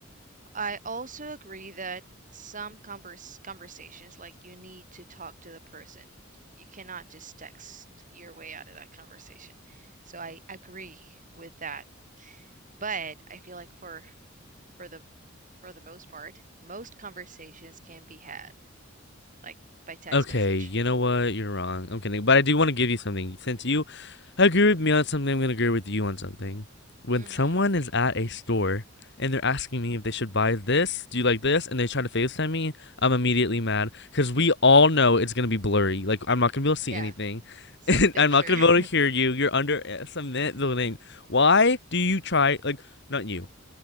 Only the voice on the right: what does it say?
I also agree that some converse conversations like you need to talk to the person. You cannot just text your way out of that conversation. So I agree with that. But I feel like for for the for the most part, most conversations can be had like by text
message.
Mm-hmm.
Yeah.
Send
a picture.
<laughs>